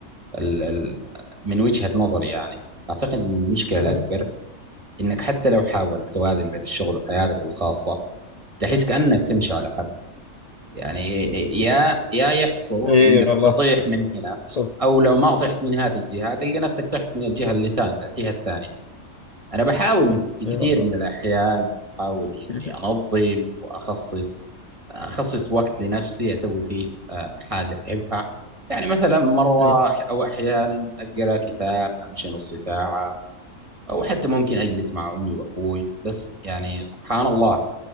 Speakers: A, on the right (about 25°); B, on the left (about 55°).
A: ال... ال- من وجهة نظري يعني أعتقد إن المشكلة
B: آه،
A: الأكبر إنك حتى لو حاولت توازن بين الشغل وحياتك الخاصة تحس كأنك تمشي على يعني يا يا يحصل
B: إيه
A: انك
B: والله
A: تطيح من هنا
B: صدق
A: او لو ما طحت من هذه الجهه تلقى نفسك طحت من الجهه اللي تان الجهه الثانيه انا بحاول
B: إيه
A: في كثير
B: إيه والله
A: من الاحيان بحاول اني
B: <laughs>
A: انظم واخصص اخصص وقت لنفسي اسوي فيه آه، حاجه احبها يعني مثلا مره
B: إيه
A: أح- او احيانا اقرا كتاب امشي نص ساعه او حتى ممكن اجلس مع امي وابوي بس يعني سبحان الله